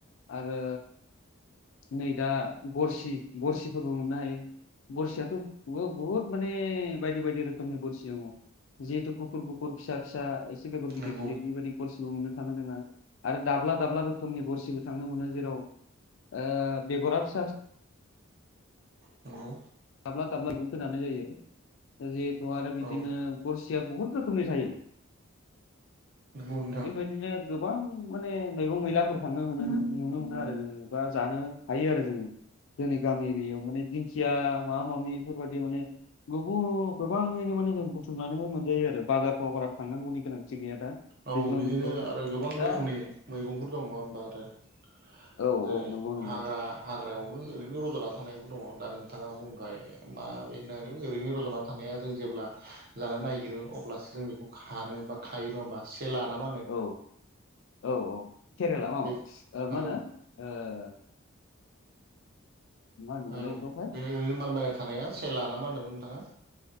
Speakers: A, on the left; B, on the right.
A: आरो नै दा गरसि गरसिफोरबो मोननो हायो। बरसियाथ' बवहुत माने बायदि बायदि रोखोमनि बरसि दङो जिहेतु गुफ गुफुर गुफुर फिसा फिसा एसे बेगर गिदिर
B: नंगौ
A: गिदिर
B: नंगौ
A: बिबायदि गरसिबो मोननो थाङो जोंना। आरो दाब्ला दाब्ला रोखोमनि गरसिबो थांनो मोनो जेराव ओ बेगरा फिसा फिसा।
B: नोंगौ।
A: दाब्ला दाब्ला बिगुरखौ जानाय जायो आरो। ओ जिहेथु आरो बिदिनो
B: औ
A: गरसिया बुहुत रोखोमनि थायो।
B: नंगौ नोंथां
A: बे बादिनो गोबां माने मैगं मैलाफोर फांनो मोनो नुनो मोना आरो जों बा जानो हायो आरो जों। जोंनि गामि एरियायाव माने दिंखिया मा मामि फोरबायदि माने गौगु गोबाङैनो माने जों बुथुमनानै मोन जायो आरो बाजारफ्राव बारा
B: नंगौ
A: थांनांगौनि गोनांथि गैया दा।
B: औ
A: दैज्लां
B: बिदिनो
A: बोथोरावबो
B: आरो गोबां
A: दा
B: रोखोमनि मैगंफोर दङ होमबा आरो। हो
A: औ
B: जेरै
A: औ नंगौ नंगौ
B: हाग्रा हाग्रायावबो ओरैनो रज'ना थानायबो दङ दा नोंथाङा बुंगाय मा बेनानो ओरैनो रज'ना। थानाया जों जेब्ला जानो नागिरो अब्लासो जों बेखौ खानो बा खायो नङा होमबा सेेला नाम
A: औ औ औ केरेला अ
B: बे
A: ओ मा
B: औ
A: होनो ओह मा होनोमोनलायबेखो
B: औ
A: हाय
B: बे ओरैनो मारबायना थानाया सेला नामा होनदो मोन नोंथाङा।